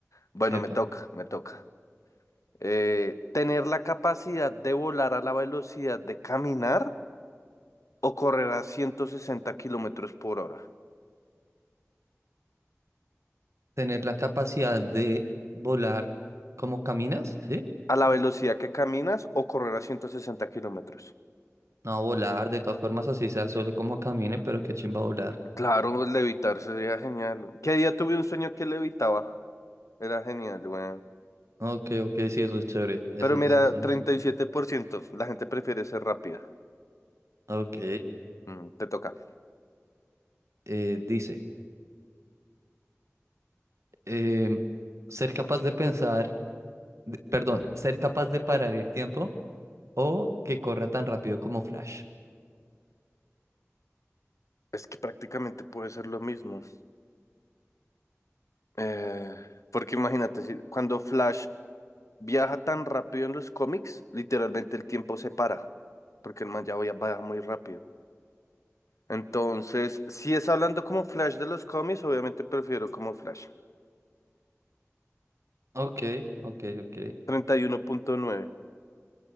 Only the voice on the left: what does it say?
Bueno,
me toca, me toca. Eh, ¿tener la capacidad de volar a la velocidad de caminar o correr a 160 kilómetros por hora?
¿A la velocidad que caminas o correr a 160 kilómetros?
Claro, levitar sería genial. ¿Qué día tuve un sueño que levitaba? Era genial, weón.
Pero mira,
treinta
y siete por ciento. La gente prefiere ser rápida.
Mm, te toca.
Es que prácticamente puede ser lo mismo. Eh, porque imagínate, si, cuando Flash viaja tan rápido en los cómics, literalmente el tiempo se para. Porque el man ya vaya- va muy rápido. Entonces, si es hablando como Flash de los cómics, obviamente prefiero como Flash.
Treinta y uno punto nueve.